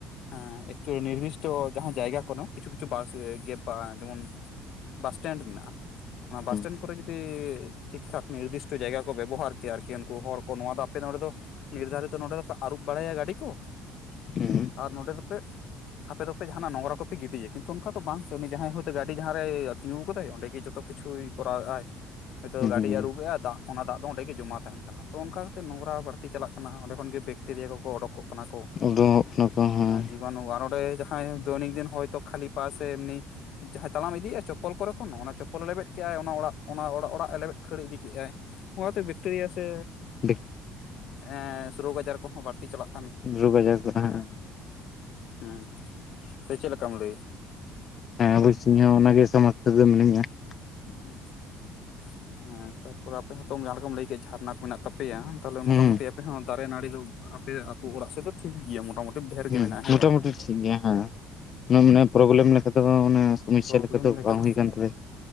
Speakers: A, on the left (about 65°); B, on the left (about 45°).
A: ᱦᱮᱸ ᱮᱠᱪᱩᱭᱮᱞᱤ ᱱᱤᱨᱫᱤᱥᱴᱚ ᱡᱟᱦᱟᱸ ᱡᱟᱭᱜᱟ ᱠᱟᱱᱟ ᱠᱤᱪᱷᱩ ᱠᱤᱪᱷᱩ ᱵᱟᱥ ᱜᱮᱯ ᱵᱟ ᱡᱮᱢᱚᱱ ᱵᱟᱥ ᱴᱮᱱᱰ ᱢᱮᱱᱟᱜᱼᱟ᱾ ᱚᱱᱟ
B: ᱦᱩᱸ
A: ᱵᱟᱥ ᱴᱮᱱᱰ ᱠᱚᱨᱮ ᱡᱩᱫᱤ ᱴᱷᱤᱠ ᱴᱷᱟᱠ ᱱᱤᱨᱫᱤᱥᱴᱚ ᱡᱟᱭᱜᱟ ᱠᱚ ᱵᱮᱵᱚᱦᱟᱨ ᱠᱮᱭᱟ, ᱟᱨᱠᱤ ᱩᱱᱠᱩ ᱦᱚᱲ ᱠᱚ ᱱᱚᱣᱟ ᱫᱚ ᱟᱯᱮ ᱱᱚᱰᱮ ᱫᱚ ᱱᱤᱨᱫᱷᱟᱨᱤᱛᱚ ᱱᱚᱰᱮ ᱫᱚᱯᱮ ᱟᱹᱨᱩᱵ ᱵᱟᱲᱟᱭᱟ ᱜᱟᱹᱰᱤ ᱠᱚ᱾
B: ᱦᱩᱸ
A: ᱟᱨ ᱱᱚᱰᱮ ᱫᱚᱯᱮ ᱟᱯᱮ ᱫᱚᱯᱮ ᱡᱟᱦᱟᱱᱟᱜ ᱱᱚᱝᱨᱟ ᱠᱚᱯᱮ ᱜᱤᱰᱤᱭᱟ᱾ ᱠᱤᱱᱛᱩ ᱚᱱᱠᱟ ᱫᱚ ᱵᱟᱝ ᱩᱱᱤ ᱡᱟᱦᱟᱸᱭ ᱦᱚᱭᱛᱳ ᱜᱟᱹᱰᱤ ᱡᱟᱦᱟᱸᱨᱮᱭ ᱛᱤᱸᱜᱩᱣ ᱠᱟᱫᱟᱭ᱾ ᱚᱸᱰᱮ ᱜᱮ ᱡᱚᱛᱚ ᱠᱤᱪᱷᱩᱭ ᱠᱚᱨᱟᱣᱮᱜᱼᱟᱭ᱾ ᱦᱚᱭᱛᱳ
B: ᱦᱩᱸ
A: ᱜᱟᱹᱰᱤ ᱟᱹᱨᱩᱵᱮᱜᱼᱟᱭ ᱫᱟᱜ ᱚᱱᱟ ᱫᱟᱜ ᱫᱚ ᱚᱸᱰᱮᱜ ᱜᱮ ᱡᱚᱢᱟ ᱛᱟᱦᱮᱱ ᱠᱟᱱᱟ, ᱛᱚ ᱚᱱᱠᱟᱛᱮᱫ ᱱᱚᱝᱨᱟ ᱵᱟᱹᱲᱛᱤ ᱪᱟᱞᱟᱜ ᱠᱟᱱᱟ ᱚᱸᱰᱮ ᱠᱷᱚᱱ ᱜᱮ ᱵᱮᱠᱴᱮᱨᱤᱭᱟ ᱠᱚᱠᱚ ᱚᱰᱠᱚᱜ ᱠᱟᱱᱟ ᱠᱚ
B: ᱩᱰᱩᱝᱚᱜ ᱠᱟᱱᱟ ᱠᱚ ᱦᱚᱸ
A: ᱡᱤᱵᱟᱱᱩ ᱟᱨ ᱱᱚᱰᱮ ᱡᱟᱦᱟᱸᱭ ᱫᱚᱭᱱᱤᱠ ᱫᱤᱱ ᱦᱚᱭᱛᱳ ᱠᱷᱟᱞᱤ ᱯᱟ ᱥᱮ ᱮᱢᱱᱤ ᱡᱟᱦᱟᱸᱭ ᱛᱟᱲᱟᱢ ᱤᱫᱤᱭᱮᱜᱼᱟᱭ ᱪᱚᱯᱯᱚᱞ ᱠᱚᱨᱮ ᱠᱷᱚᱱ ᱚᱱᱟ ᱪᱚᱯᱯᱚᱞᱮ ᱞᱮᱵᱮᱫ ᱠᱮᱫᱮᱜᱼᱟᱭ, ᱚᱱᱟ ᱚᱲᱟᱜ ᱚᱱᱟ ᱚᱲᱟᱜ ᱚᱲᱟᱜ ᱮ ᱞᱮᱵᱮᱫ ᱠᱷᱟᱹᱲ ᱤᱫᱤ ᱠᱮᱜᱼᱟᱭ ᱾ ᱚᱱᱟᱛᱮ ᱵᱮᱠᱴᱮᱨᱤᱭᱟ ᱥᱮ
B: ᱦᱩᱸ
A: ᱮᱸ ᱥᱮ ᱨᱳᱜᱽ ᱟᱡᱟᱨ ᱠᱚᱦᱚᱸ ᱵᱟᱹᱲᱛᱤ ᱪᱟᱞᱟᱜ
B: ᱨᱳᱜᱽ ᱟᱡᱟᱨ ᱠᱚ ᱦᱮᱸ᱾
A: ᱦᱩᱸ, ᱥᱮ ᱪᱮᱫ ᱞᱮᱠᱟᱢ ᱞᱟᱹᱭᱟ?
B: ᱦᱮᱸ ᱵᱩᱥ ᱤᱧ ᱦᱚᱸ ᱚᱱᱟᱹᱜᱮ ᱥᱚᱢᱚᱥᱛᱟ ᱨᱮ ᱫᱚ ᱢᱤᱱᱟᱹᱧᱟ ᱾
A: ᱟᱪᱪᱷᱟ, ᱦᱮᱸ ᱛᱟᱨᱯᱚᱨᱮ ᱟᱸᱯᱮ ᱦᱚᱸᱛᱚ ᱡᱟᱦᱟᱸ ᱞᱮᱠᱟᱸᱢ ᱞᱟᱹᱭ ᱡᱷᱟᱨᱱᱟ ᱠᱚ ᱢᱮᱱᱟᱜ ᱛᱟᱯᱮᱹᱭᱟ ᱛᱟᱦᱚᱞᱮ ᱢᱚᱴᱟ
B: ᱦᱩᱸ
A: ᱢᱩᱴᱤ ᱟᱯᱮ ᱦᱚᱸ ᱫᱟᱨᱮ ᱱᱟᱹᱲᱤ ᱫᱚ ᱟᱯᱮ ᱟᱹᱛᱩ ᱚᱲᱟᱜ ᱥᱮᱫ ᱫᱚ ᱴᱷᱤᱠ ᱜᱮᱹᱭᱟ ᱢᱚᱴᱟ ᱢᱩᱴᱤ ᱰᱷᱮᱨ
B: ᱦᱩᱸ
A: ᱜᱮ ᱢᱮᱱᱟᱜᱼᱟ ᱦᱮᱸ
B: ᱢᱚᱴᱟᱢᱩᱴᱤ
A: ᱵᱟᱝ ᱾
B: ᱴᱷᱤᱠ ᱜᱮᱭᱟ ᱦᱮᱸ ᱚᱱᱟ ᱢᱟᱱᱮ ᱯᱨᱚᱵᱞᱮᱢ ᱞᱮᱠᱟ ᱫᱚ ᱚᱱᱮ ᱥᱚᱢᱚᱥᱥᱟ
A: ᱯᱨᱚᱵᱞᱮᱢ ᱞᱮᱠᱟ
B: ᱵᱟᱝ
A: ᱫᱚ
B: ᱦᱩᱭ ᱠᱟᱱ ᱛᱟᱞᱮᱭᱟ